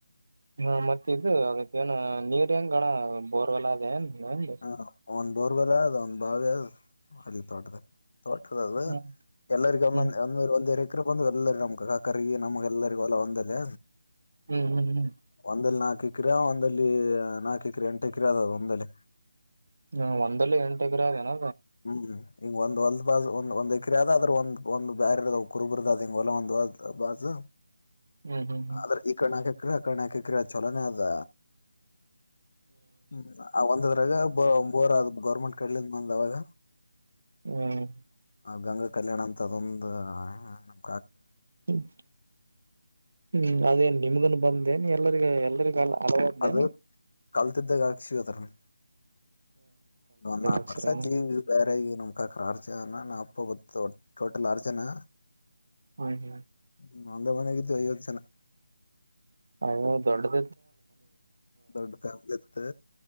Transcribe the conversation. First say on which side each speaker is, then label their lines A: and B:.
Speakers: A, on the right; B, on the left.
A: ಹಾ ಮತ್ತಿದದು ಅದಕ್ಕ ಏನ ನೀರ್ ಂಗಗಳ ಬೋರ್ವೆಲ್ಲ ಅದೇ ಏನ್ ಹೆಂಗ
B: ಹ್ಮ ಒಂದ್ ಬೋರ್ಬರ ಅದ್ ಒಂದ್ ಬಾವಿ ಅದು ಅಲ್ಲಿ ತೋಟದ ಠ ದದ
A: ಹ್ಮ್
B: <inaudible> ಎಲ್ಲರಿಗ ಒಂದೊಂದ
A: ಹ್ಮ್
B: ಒಂದವ ಒಂದ ಎಕ್ರ ಬಂದ ಎಲ್ಲರ ನಮ್ ಕಾಕರಿಗೆ ನಮ್ಗೆಲ್ಲರಿಗೂ ಹೊಲ ಒಂದಲ್ಲ
A: ಹ್ಮ್ ಹ್ಮ್ ಹ್ಮ್
B: ಒಂದಲ್ಲಿ ನಾಲ್ಕು ಎಕ್ರಿಯ ಒಂದಲ್ಲಿ ನಾಲ್ಕು ಎಕ್ರಿಯಾ ಎಂಟು ಎಕ್ರಿಯಾ ಅದದು ಒಂದಲ್ಲಿ
A: ಹ್ಮ ಒಂದಲ್ಲಿ ಎಂಟ ಎಗರ ಅನ
B: ಹ್ಮ್ ಈಂಗ ಒಂದ್ ಹೊಲ್ದ ಬಾಜ್ ಒಂದ್ ಒಂದ್ ಎಕ್ರ ಆದಾದ್ರರು ಒಂದ್ ಒಂದು ಬ್ಯಾರ ಇರ್ದ ಕುರುಬುರ್ದ ಅ ಹಿಗೆ ಹೊಲ ಒಂದು ಬಸ್
A: ಹ್ಮ್ ಹ್ಮ್ ಹ್ಮ್
B: ಆದ್ರೆ ಈ ಕರ್ಣ ಆಕ ಕ್ರಿಯ ಕರ್ಣ ಆಕ ಕ್ರ ಚಲನೇ ಅದ ಹ್ಮ್ ಒಂದದ್ರಾಗ ಒರ ಗೌರ್ಮೆಂಟ್ ಕಡ್ಲಿಂದ ಬಂದವಾಗ
A: ಹ್ಮ್
B: ಆ ಗಂಗಾ ಕಲ್ಯಾಣ ಅಂತ ಅದೊಂದು ನಮ
A: ಹ್ಮ್ ಹ್ಮ್ ಅದೇನ್ ನಿಮ್ಗನ್ನು ಬಂದೇನ್ ಎಲ್ಲರಿಗ ಎಲ್ಲರಿಗ ಅಲದೆ
B: ಅದು ಕಲ್ತಿದ್ದಾಗ ಹಾಕ್ಸಿವಿ ಅದ್ರನ್ ಒಂದ್ ನಾಕಕ್
A: ಅಕ್ಷರ
B: ವರ್ಷ ಆಯತಿ ಬೇರೆ ಈ ನಮ ಕಕರ್ಚ ನ ಅಪ್ಪ ಗ ಟೋಟಲ್ ಅರ್ಜನಾ
A: ಹ್ಮ್ ಹ್ಮ್
B: ್ಮ ಒಂದ ಮನೆಗಿದ್ದು ಐವತ್ತು ಜನ
A: ಹ ದೊಡ್ಡದ
B: ದೊಡ ಕ ಇತ್ತು